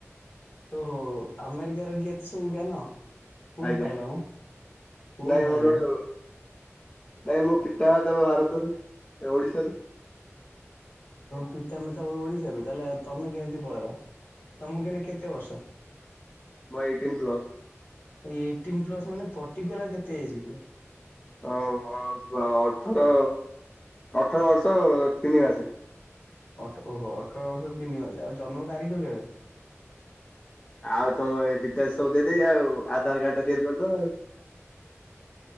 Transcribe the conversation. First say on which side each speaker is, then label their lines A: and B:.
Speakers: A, on the left; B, on the left.
A: ଓହୋ ଆମେରିକା ରେ ରହି କି ଏତେ ସବୁ ଜ୍ଞାନ। କୋଉଠୁ
B: ଆଜ୍ଞା
A: ପାଇଲ ମ କୋଉଠୁ
B: ନାଇଁ
A: ପାଇଲ
B: ମୋର
A: ମ?
B: ନାଇଁ ମୁଁ ପି <inaudible> ଭାରତରୁ ଓଡିଶାରୁ।
A: ପିତାମାତା ଓଡିଶାରୁ ତାହେଲେ ତମେ କେମିତି ପଳେଇଲ ତମକୁ ଏଇନା କେତେ ବର୍ଷ?
B: ମୁଁ ଏଇଟିନ୍ ପ୍ଲସ୍।
A: ଏଇଟିନ୍ ପ୍ଲସ୍ ମାନେ ପର୍ଟିକୁଲାର କେତେ ଏଜ କୁହ।
B: ଅ ଅ ଅଠର ଅଠର ବର୍ଷ ତିନି ମାସେ।
A: ଅଠ ଓହୋ ଅଠର ବର୍ଷ ତିନମାସ ଆଉ ଜନ୍ମ ତାରିଖ କେବେ?
B: ଆଉ ତମ ଡିଟେଲସ ସବୁ ଦେଇଦେଇ ଆଉ ଆଧାର କାର୍ଡ ଟା ତିଆରି କରିଦବ ଆଉ।